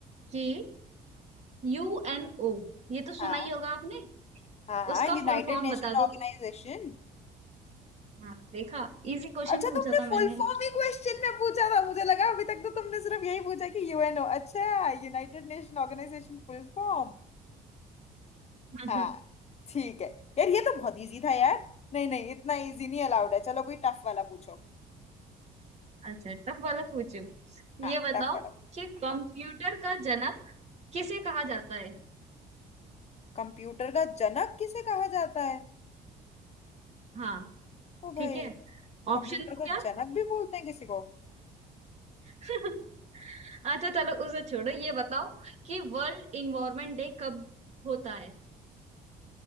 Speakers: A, on the right; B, on the left.
A: कि यू एन ओ ये तो सुना
B: हाँ
A: ही होगा आपने
B: हाँ हाँ
A: उसका
B: यूनाइटेड
A: फुल फॉर्म
B: नेशन
A: बता
B: ऑर्गेनाइजेशन
A: दो हाँ देखा इजी क्वेश्चन
B: अच्छा
A: पूछा
B: तुमने
A: था मैंने
B: फुल फॉर्म ही क्वेश्चन में पूछा था मुझे लगा अभी तक तो तुमने सिर्फ यही पूछा कि यूएनओ अच्छा United Nation Organization full form
A: <laughs>
B: हाँ ठीक है यार ये तो बहुत इजी था यार नहीं नहीं इतना इजी नहीं अलाउड है चलो कोई टफ वाला पूछो
A: अच्छा टफ वाला पूछू
B: हाँ
A: ये बताओ
B: टफ वाला
A: कि कंप्यूटर का जनक किसे कहा जाता है
B: कंप्यूटर का जनक किसे कहा जाता है
A: हाँ
B: ओ
A: ठीक
B: भाई
A: है ऑप्शन
B: कंप्यूटर
A: दो
B: का
A: क्या
B: जनक भी बोलते हैं किसी को
A: <laughs> अच्छा चलो उसे छोड़ो ये बताओ कि वर्ल्ड इन्वायरमेंट डे कब होता है